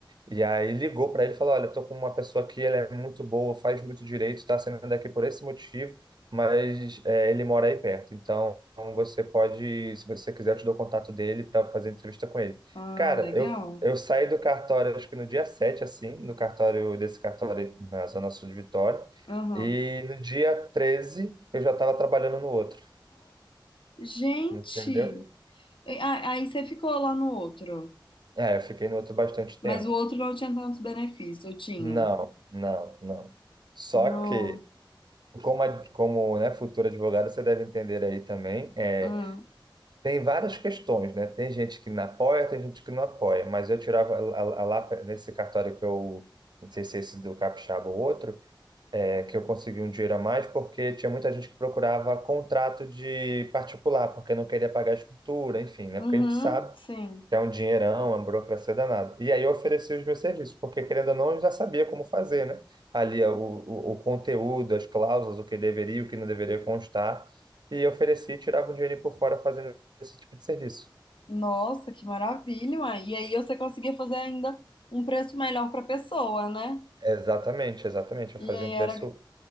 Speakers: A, on the right; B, on the left.
A: E aí ligou para ele e falou: Olha, tô com uma pessoa aqui, ela é muito boa, faz muito direito, está saindo daqui por esse motivo, mas é, ele mora aí perto. Então você pode, se você quiser, eu te dou o contato dele para fazer entrevista com ele.
B: Ah,
A: Cara,
B: legal.
A: eu, eu saí do cartório, acho que no dia 7 assim, no cartório desse cartório na Zona Sul de Vitória,
B: Aham.
A: e no dia 13 eu já estava trabalhando no outro,
B: Gente,
A: entendeu?
B: e- a- aí você ficou lá no outro,
A: É, eu fiquei no outro bastante
B: mas
A: tempo.
B: o outro não tinha tantos benefícios, eu tinha.
A: Não, não, não. Só
B: No,
A: que Como, ad- como, né, futuro advogado, você deve entender aí também. é,
B: hum,
A: tem várias questões, né? Tem gente que não apoia, tem gente que não apoia. Mas eu tirava a, a- a lá nesse cartório que eu, não sei se é esse do Capixaba ou outro, é, que eu consegui um dinheiro a mais porque tinha muita gente que procurava contrato de particular, porque não queria pagar a escritura, enfim, né?
B: uhum,
A: Porque a gente sabe
B: sim.
A: que é um dinheirão, é uma burocracia danada. E aí eu ofereci os meus serviços, porque querendo ou não, eu já sabia como fazer, né? Ali ó, o, o, o conteúdo, as cláusulas, o que deveria, o que não deveria constar, e eu ofereci e tirava um dinheiro por fora fazendo esse tipo de serviço.
B: Nossa, que maravilha, uai. E aí você conseguia fazer ainda um preço melhor para pessoa, né?
A: Exatamente, exatamente. Eu
B: E
A: fazia
B: aí
A: um preço.
B: era